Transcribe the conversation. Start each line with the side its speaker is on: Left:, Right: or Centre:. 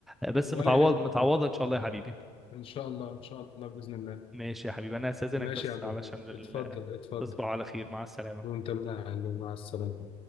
Centre: بس
Left: ولا
Centre: متعوض
Left: يهمك
Centre: متعوضة ان شاء الله يا حبيبي
Left: إن شاء الله إن شاء الله بإذن الله
Centre: ماشي يا حبيبي انا هستأذنك
Left: ماشي
Centre: بس
Left: يا عبد
Centre: علشان
Left: الرحيم
Centre: ال...
Left: اتفضل اتفضل
Centre: تصبح على خير مع السلامة
Left: وأنت من أهله مع السلامة